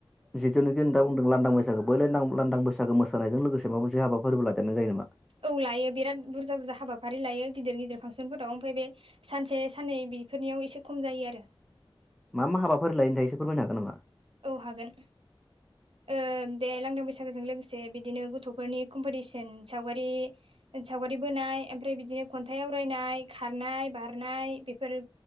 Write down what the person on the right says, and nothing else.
औ लायो बिराद बुरजा बुरजा हाबाफारि लायो गिदिर गिदिर फांसनफोराव ओमफ्राय बे सानसे साननै बेफोरनियाव एसे खम जायो आरो
औ हागोन ओ बे लांदां बैसागोजों लोगोसे बिदिनो गथ फोरनि कमपिथिसन सावगारि सावगारि बोनाय ओमफ्राय बिदिनो खन्थाइ आवरायनाय खार नाय बारनाय बेफोर